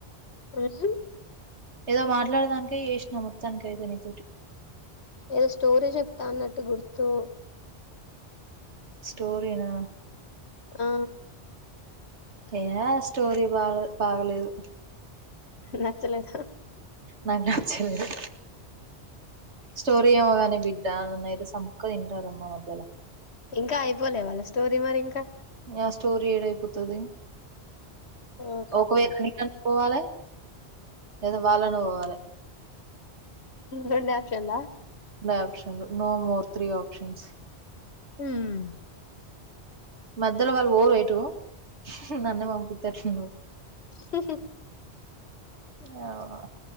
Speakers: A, on the left; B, on the right.
A: రియ్యి
B: ఏదో మాట్లాడదానికె చేసినా మొత్తానికి ఏదో నీతోటి
A: ఏదో స్టోరీ చెప్తా అన్నట్టు గుర్తు
B: స్టోరీనా
A: ఆ
B: ఏ స్టోరీ బా బాగలేదు
A: నచ్చలేదు
B: నాకు నచ్చలేదు స్టోరీ ఏమో కానీ బిడ్ డాన్లో నేర సంపుకొని తింటారుమ్మ వాళ్ళు
A: ఇంకా అయిపోలే వాళ్ళ స్టోరీ మరి ఇంకా
B: నా స్టోరీ ఏడయిపోతుది
A: ఓ కదా
B: ఒకవేళ నీ కన్నా పోవాలే లేదా వాళ్ళ అన్న పోవాలే
A: రొండో యాక్షన్ల
B: రెండు ఆప్షన్లు నో మోర్ త్రీ ఆప్షన్స్
A: హామ్
B: మధ్యలో వాళ్ళు ఓవెట్టు నన్నే పంపిస్తారు
A: హు
B: యావ